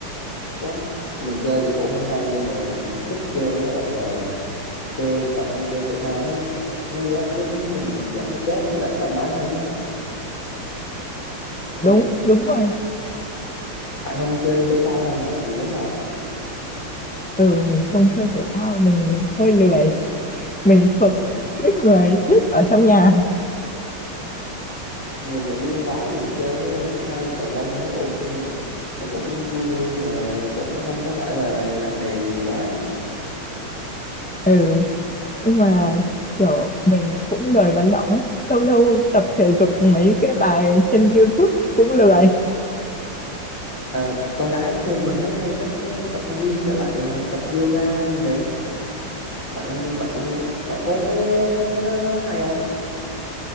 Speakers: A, on the left; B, in the centre.
A: đó mình chơi thì cũng không hay nhưng mà thích chơi với lại là chơi thể chơi thể thao nó sẽ nó giá- giúp mình giảm stress với lại thoải mái hơn á Ủa,
B: đúng đúng
A: bạn,
B: rồi
A: bạn không chơi thể thao hay là gì hết hả
B: ừ mình không chơi thể thao mình hơi lười mình thuộc
A: ờ,
B: tuýp người thích ở trong nhà
A: mình nghĩ con gái thì chơi mấy môn thể thao như cầu lông ấy ok nè nó cũng vui vui và cũng không có phải là nặng nề gì quá
B: ừ nhưng mà kiểu mình cũng lười vận động ấy lâu lâu tập thể dục
A: à,
B: mấy cái bài trên YouTube cũng lười
A: à, à, con gái thì mình thấy hay thích ờ, tập gym với lại là tập yoga này nè bạn bạn bạn có thấy cái nó hay không